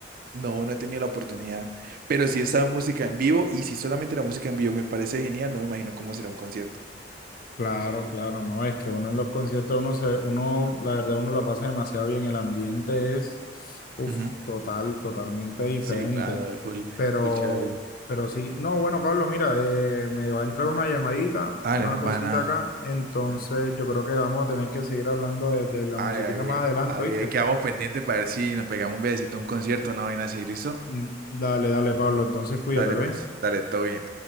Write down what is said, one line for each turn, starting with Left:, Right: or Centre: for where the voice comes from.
Right: No, no he tenido la oportunidad, pero sí estaba música en vivo y si solamente la música en vivo me parece genial, no me imagino cómo será un concierto.
Left: Claro, claro, no, es que uno en los conciertos, uno se, uno, la verdad, uno la pasa demasiado bien, el ambiente es, uff,
Right: Ujú.
Left: total, totalmente diferente,
Right: Sí, claro, es full,
Left: pero,
Right: full chévere.
Left: pero sí, no, bueno, Pablo, mira, eh, me va a entrar una llamadita,
Right: Vale,
Left: una
Right: no
Left: cosita
Right: para nada.
Left: acá, entonces
Right: Ajá.
Left: yo creo que vamos a tener que seguir hablando de, de la
Right: Vale,
Left: musiquita
Right: ahí,
Left: más adelante,
Right: ahí,
Left: ¿oíste?
Right: ahí quedamos pendientes para ver si nos pegamos un viajecito a un concierto, una vaina así, ¿listo?
Left: Mm, Dale, dale, Pablo, entonces cuídate,
Right: Dale
Left: ¿ok?
Right: pues, dale, todo bien.